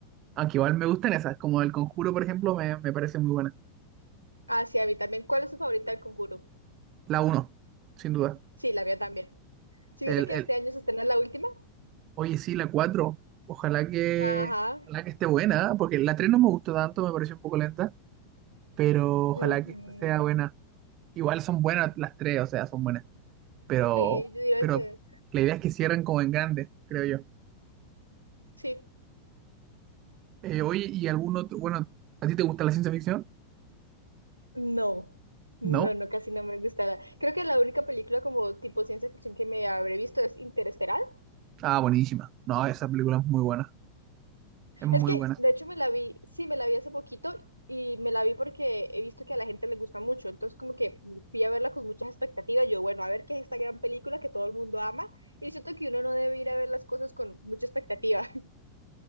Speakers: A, on the right; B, on the right.
A: Aunque igual me gustan esas, como El Conjuro, por ejemplo, me, me parece muy buena.
B: Ah, sí, a mí también. ¿Cuál es su favorita del Conjuro?
A: La uno, sin duda.
B: Sí, la mía también. ¿Sí
A: El,
B: viste que
A: el,
B: este año se estrena la última?
A: Oye, sí, la 4, Ojalá que,
B: Ajá.
A: ojalá que esté buena, ¿eh? porque la 3 no me gustó tanto, me pareció un poco lenta, pero ojalá
B: ujú.
A: que esta sea buena. Igual son buenas las tres, o sea, son buenas, pero,
B: Sí, yo diría
A: pero
B: que
A: la idea es que cierren como en grande, creo yo.
B: sí.
A: Eh, oye, ¿y algún otro? Bueno, ¿a ti te gusta la ciencia ficción?
B: No, no,
A: ¿No?
B: no, casi no me gusta. Creo que la única película como tipo ciencia ficción que me habré visto es Interestelar,
A: Ah, buenísima. No, esa película es muy buena, es muy
B: Es que,
A: buena.
B: de hecho, me la vi, sí, me la vi hace poquito y me la vi porque he visto que a la gente le gusta mucho. Entonces, como que fui a verla con muchas expectativas. Yo, bueno, a ver qué es esta gran película que todo el mundo ama. Y siento que uno no debe ir a ver las cosas con mucha expectativa. <laughs>